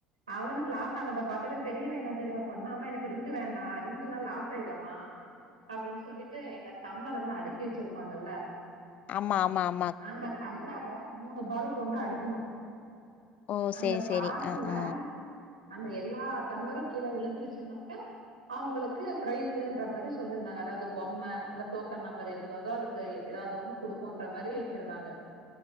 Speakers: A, on the right (about 80°); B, on the left (about 40°).
A: அவனுக்கு லாஸ் ஆனத பாத்தட்டு பெரியவ என்ன தெரியுமா பண்ணுனா எனக்கு ரிங் வேண்டா ரிங்க் எல்லா லாஸ் ஆயிடுமா அப்டின்னு சொல்லிட்டு இந்த டம்ளர் எல்லா அடுக்கி வெச்சிருப்பாங்கல்ல
B: ஆமா ஆமா ஆ
A: அந்த டம்ளர மூணு பால் கொண்டு அடிக்கணு
B: ஓ
A: அந்த
B: சரி
A: பால்ல
B: சரி ஆ ஆ
A: அந்த எல்லா டம்ளரு கீழ விழுந்துருச்சுனாக்க அவுங்களுக்கு ஃப்ரைசுன்ற மாரி சொல்லிருந்தாங்க அதாவது பொம்ம அந்த டோக்கன் நம்பரு எது வருதோ அது எதாவது ஒண்ணு குடுப்போன்ற மாரி வெச்சிருந்தாங்க